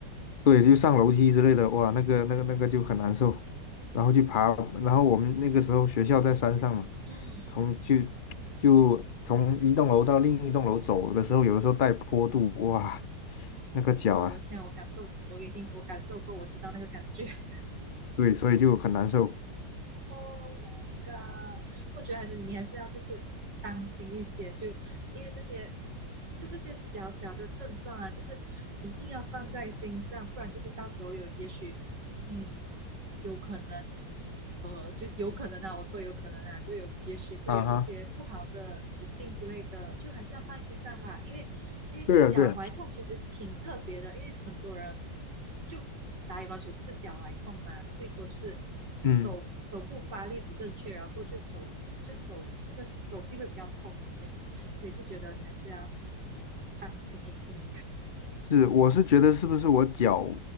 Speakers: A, on the left (about 80°); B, on the right (about 75°).
A: 对，就上楼梯之类的，哇，那个那个那个就很难受，然后去爬，然后我们那个时候学校在山上嘛，
B: 嗯，
A: 从去就从一栋楼到另一栋楼走的时候，有的时候带坡度，哇，那个脚啊，
B: 哇，我天啊我感受，我已经我感受过，我知道那个感觉。<laughs>
A: 对，所以就很难受，
B: Oh my god！我觉得还是你还是要就是当心一些，就因为这些就是这些小小的症状啊，就是一定要放在心上，不然就是到时候有也许嗯有可能呃，就有可能啊，我说有可能啊，就有也许会有一些不好的疾病之类的，
A: 啊哈。
B: 就还是要放在心上吧。因为因为这脚踝痛其实挺特别的，
A: 对啊，对啊，
B: 因为很多人就打羽毛球不是脚踝痛嘛，最多就是手手部发力不正确，
A: 嗯，
B: 然后过去手就手那个手臂会比较痛一些，所以就觉得你还是要当心一些。
A: 是，我是觉得是不是我脚